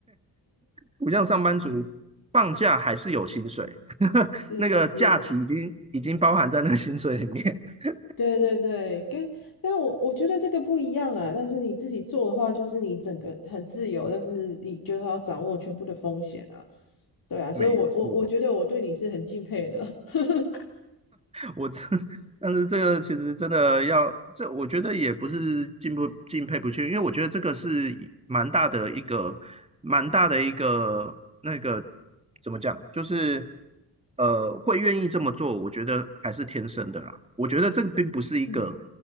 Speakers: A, on the right; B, on the left.
A: 不像上班族，放假还是有薪水，
B: 嗯，
A: <laughs>
B: 是是是，
A: 那个假期已经已经包含在那个薪水里面。<laughs>
B: 对对对，跟但我我觉得这个不一样啊。但是你自己做的话，就是你整个很自由，但是你就要掌握全部的风险啊。对啊，
A: 没错，
B: 所以我我我觉得我对你是很敬佩的，<laughs>
A: 我这，但是这个其实真的要，这我觉得也不是进不敬佩不去，因为我觉得这个是一蛮大的一个，蛮大的一个那个怎么讲，就是呃会愿意这么做，我觉得还是天生的啦。我觉得这个并不是一个
B: 嗯